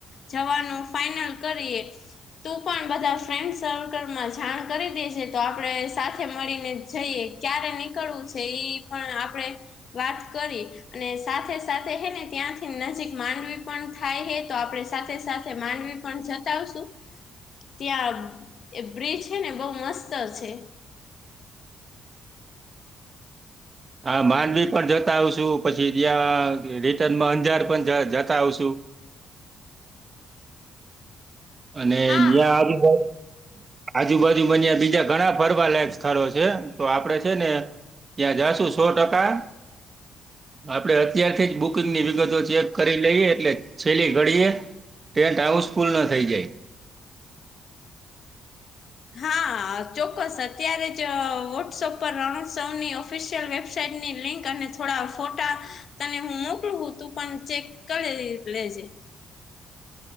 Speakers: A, on the left; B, on the right.
A: જવાનું ફાઈનલ કરીએ તું પણ બધા ફ્રેન્ડ. સર્કલમાં જાણ કરી દે છે તો આપણેે સાથે મળીને જઈએ ક્યારે નીકળવું છે એ. પણ આપણે વાત કરી. અને સાથે સાથે હે ને ત્યાંથી નજીક માંડવી પણ થાય હે તો આપડે સાથે સાથે માંડવી. પણ જતાવશું ત્યાં એ બ્રિજ છે ને બહ મસ્ત છે.
B: હા નવી પણ જતા આવશુ પછી ત્યાં રિટર્નમાં અંજાર પણ જતા આવશુ. અને
A: હા.
B: જ્યાં આજ. આજુબાજુ બન્યા બીજા ઘણા ફરવાલાાયક સ્થળો છે તો આપડે છે ને. ત્યાં જાશુ સો ટકા. આપડે અત્યારથી જ બુકિંગ ની વિગતો ચેક કરી લઈએ એટલે છેલ્લી ઘડીએ. ટેન્ટ હાઉસ ફુલ ના થઈ જાય.
A: હા ચોક્કસ અત્યારે જ વોટ્સઅપ પર રણોત્સવની ઓફિશિયલ વેબ. સાટની લિંક અને થોડા ફોટા. તને હું મોકલું તું પણ ચેક કરે લેજે.